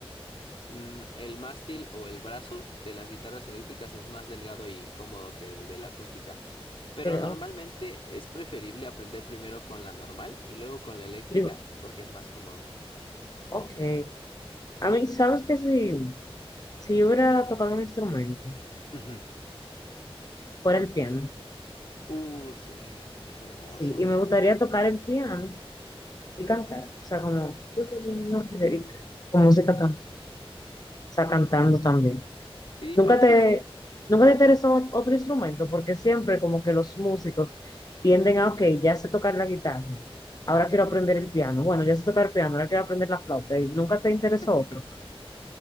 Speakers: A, on the left; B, on the left.
A: mm, el mástil o el brazo de las guitarras eléctricas es más delgado y cómodo que el de la acústica. Pero
B: Eh,
A: normalmente
B: Ok.
A: es preferible aprender primero con la normal y luego con la eléctrica
B: Yo-
A: porque es más cómodo.
B: ok. A mí, ¿sabes que Si, si yo hubiera tocado un instrumento,
A: <laughs>
B: fuera el piano,
A: Uh, sí, es hermoso.
B: sí, y me gustaría tocar el piano y cantar, o sea, como, tu, tu, tu, tu, Federica, con música tam- o sea, cantando también.
A: Sí,
B: Nunca
A: hoy
B: te,
A: pues,
B: nunca
A: ajá.
B: te interesó otro instrumento, porque siempre como que los músicos tienden a, ok, ya sé tocar la guitarra, ahora quiero aprender el piano, bueno, ya sé tocar el piano, ahora quiero aprender la flauta, y nunca te interesó
A: <laughs>
B: otro.